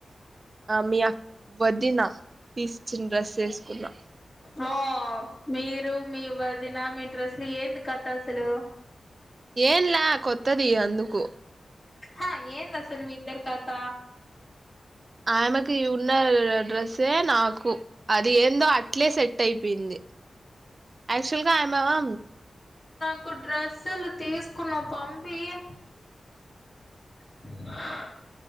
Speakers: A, on the right; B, on the left.
A: మీ అక్క వదిన తీసిచ్చిన డ్రెస్ వేసుకున్నా.
B: వా.... మీరు మీ వదిన మీ డ్రస్లు ఏంది కథ అసలు
A: ఏంలా కొత్తది అందుకు
B: హా ఏందసలు మీ ఇద్దరు కథ
A: ఆయమ్మకి ఇవు ఉన్న డ్రెస్ అే నాకు అది ఏందో అట్లే సెట్ అయిపోయింది యాక్చువల్గా ఆమవా
B: ఇంకొ డ్రెస్సులు తీసుకున్న పంపియి అ